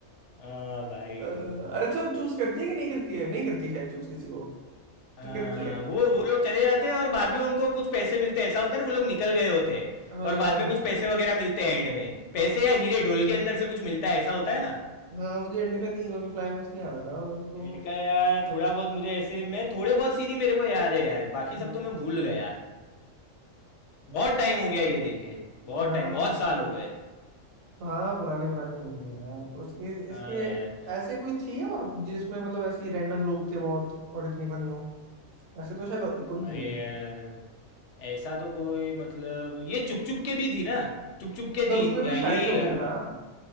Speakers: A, on the left (about 70°); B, on the right (about 85°).
A: हाँ भाई
B: में अह,
A: वो
B: अरे अच्छा चूज करती है कि नहीं करती है नहीं करती है चूज किसी को
A: हाँ
B: कि करती
A: हाँ
B: है
A: वो वो लोग चले जाते हैं और बाद में उनको कुछ पैसे मिलते हैं ऐसा होता है ना वो लोग निकल गए होते हैं
B: हाँ
A: और बाद में कुछ पैसे वगैरह मिलते हैं एंड में पैसे या हीरे ढोल के अंदर से कुछ मिलता है ऐसा होता है ना
B: हाँ मुझे एंड का नहीं मेरे को क्लाइमेक्स नहीं याद आ रहा मेरे को
A: एंड
B: और-
A: का यार थोड़ा बहुत मुझे ऐसे मैं थोड़े बहुत सीन ही मेरे को याद है यार बाकी
B: हम्म।
A: सब तो मैं भूल गया बहुत टाइम हो गया ये देखे बहुत
B: हाँ
A: टाइम बहुत साल
B: पुरा-
A: हो गए
B: हाँ पुराने पुराने मूवी है यार तो उसके
A: हाँ
B: इसके
A: यार
B: ऐसे कोई थी और जिसमें मतलब ऐसे ही रैंडम लोग थे बहुत और इतनी फनी हो ऐसे तो शायद और- कोई नहीं
A: अरे
B: है यार
A: यार ऐसा तो कोई मतलब ये चुप चुप के भी थी ना चुप चुप के
B: पर
A: थी
B: उसमें
A: इन-
B: तो
A: अ, यही
B: शाहिद कपूर
A: अ,
B: था